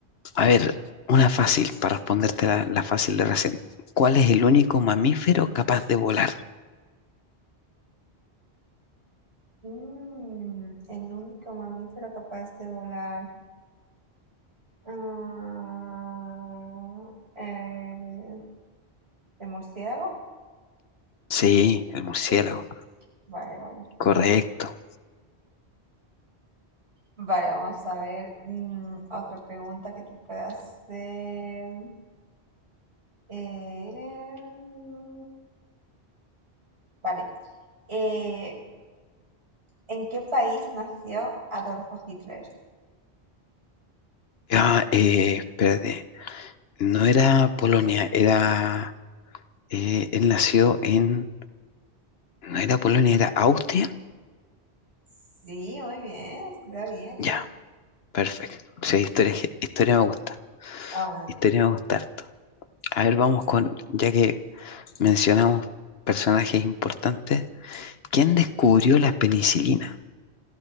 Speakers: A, on the left; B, on the right.
A: A ver, una fácil, para responderte la, la fácil de recién. ¿Cuál es el único mamífero capaz de volar?
B: Mm, el único mamífero capaz de volar. Ah, el, el murciélago.
A: Sí, el murciélago.
B: Sí. Vale, vale, genial.
A: Correcto.
B: Vale, vamos a ver mm, otra pregunta que te pueda hacer. Eh, vale. Eh, ¿en qué país nació Adolfo Hitler?
A: Ah, eh, espérate. No era Polonia, era... eh, él nació en... No era Polonia, era Austria.
B: Sí, muy bien, se te da bien,
A: Ya,
B: ¿eh?
A: perfecto. Sí, historia, ge- historia me gusta.
B: Ah, muy bien.
A: Historia me gusta harto. A ver, vamos con, ya que mencionamos personajes importantes, ¿quién descubrió la penicilina?